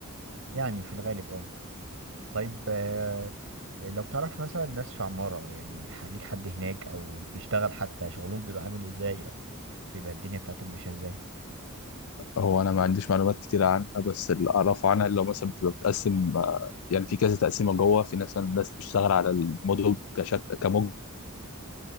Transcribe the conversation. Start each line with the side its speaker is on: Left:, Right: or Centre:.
Right: يعني في الغالب اه طيب آه، لو تعرف مثلا ناس في عمارة يعني ح- ليك حد هناك او بيشتغل حتى شغلهم بيبقى عامل ازاي او بيبقى الدنيا بتاعتهم ماشية ازاي
Left: هو انا ما عنديش معلومات كتير عنها بس اللي اعرفه عنها اللي هو مثلا بتبقى بتقسم آه، يعني في كذا تقسيمه جوه في ناس ناس بتشتغل على الموديل كشكل كموج